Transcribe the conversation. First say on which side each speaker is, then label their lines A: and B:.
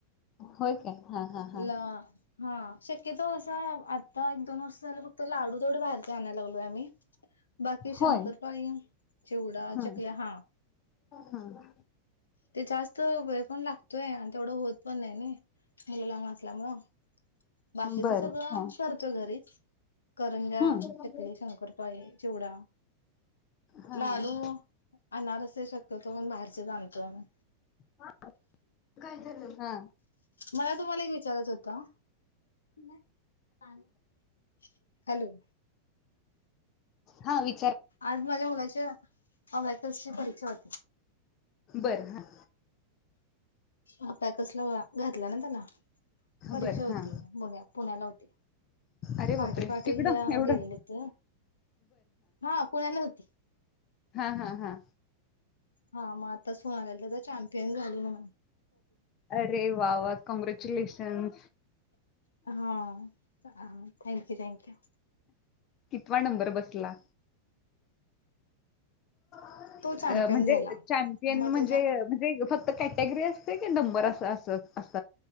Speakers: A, on the left; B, on the left.
A: होय काय? हां, हां,
B: ला
A: हां.
B: हा. की तो असा आता एक दोन वर्ष झालं फक्त लाडू थोडं बाहेर जायला लाव हो आम्ही बाकी शंकरपाळी,
A: होय?
B: चिवडा,
A: हं,
B: चकल्या हा
A: हं.
B: ते जास्त वेळ पण लागतोय आणि तेवढं होत पण नाही नी मुलं लहान असल्यामुळे. बाकीच
A: बरं.
B: सगळं
A: हां.
B: करतोय घरीच. करंजा,
A: हं.
B: चकली, शंकरपाळी, चिवडा,
A: हां,
B: लाडू, अनारसे शक्यतो करून बाहेरचेच आणतो आम्ही.
A: हा. काय झालं? हा.
B: मला तुम्हाला एक विचारत होत? <unintelligible> हॅलो.
A: हा वि
B: आज माझ्या मुलाच्या अमॅथस ची परीक्षा होती.
A: बरं हा.
B: ह प कसला घातला ना त्याला परीक्षा
A: बरं.
B: होती
A: हां.
B: पुण्या पुण्याला होती
A: अरे
B: पहाटे
A: बापरे!
B: पहाटे
A: तिकडं एवढं?
B: गेलेलेत हा पुण्याला होती.
A: हा, हा, हा
B: हा मग आता शाळेला चाल तेल घाली म
A: अरे वा वा! कॉंग्रॅच्युलेशन.
B: हा. Thank you, thank you.
A: कितवा नंबर बसला? अ
B: तो चॅम्पियन
A: ग म्हणजे
B: झाला.
A: चॅम्पियन
B: मग
A: म्हणजे
B: त्याच्या
A: म्हणजे हे फक्त कॅटेगरी असते की नंबर अस अस